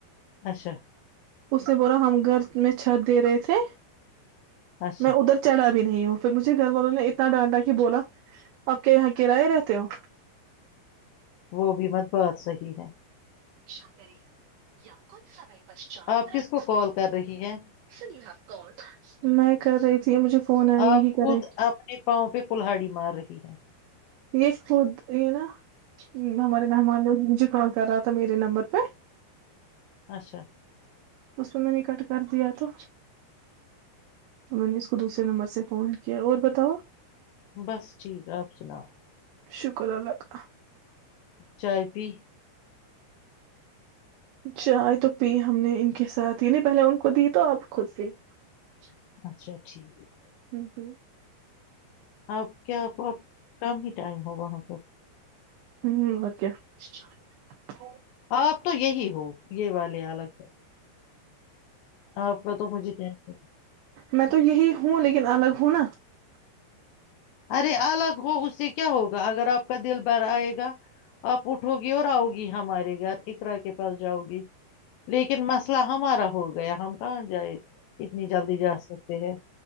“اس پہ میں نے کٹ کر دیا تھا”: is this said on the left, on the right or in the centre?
Right